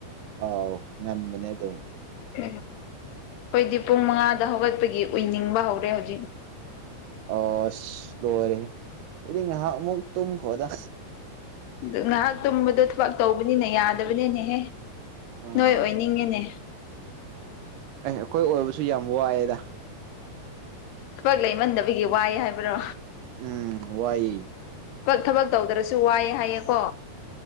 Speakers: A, on the right (about 75°); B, on the left (about 80°).
A: ꯑꯥꯎ ꯉꯟꯕꯅꯦ ꯑꯗꯨꯝ
B: ꯎ ꯍꯣꯏꯗꯤ ꯄꯨꯡ ꯃꯉꯥꯗ ꯍꯧꯒꯠꯄꯒꯤ ꯑꯣꯏꯅꯤꯡꯕ ꯍꯧꯔꯦ ꯍꯧꯖꯤꯛ
A: ꯑ ꯂꯣꯏꯔꯦ ꯑꯗꯨꯗꯤ ꯉꯥꯏꯍꯥꯛ ꯑꯃꯨꯛ ꯇꯨꯝ ꯈꯣꯗꯥ
B: ꯑ ꯉꯥꯏꯍꯥꯛ ꯇꯨꯝꯕꯗꯣ ꯊꯕꯛ ꯇꯧꯕꯅꯤꯅ ꯌꯥꯅꯤ ꯕꯅꯦꯅꯦꯍꯦ
A: ꯑꯦ
B: ꯅꯣꯏ ꯑꯣꯏꯅꯤꯡꯉꯤꯅꯦ
A: ꯑꯦ ꯑꯩꯈꯣꯏ ꯑꯣꯏꯕꯁꯨ ꯌꯥꯝ ꯋꯥꯏꯑꯦꯗ
B: ꯊꯕꯛ ꯂꯩꯃꯟꯗꯕꯒꯤ ꯋꯥꯏ ꯍꯥꯏꯕ꯭ꯔꯣ
A: ꯎꯝ ꯋꯥꯏ
B: ꯀ ꯊꯕꯛ ꯇꯧꯗ꯭ꯔꯁꯨ ꯋꯥꯏꯑ ꯍꯥꯏꯌꯦꯀꯣ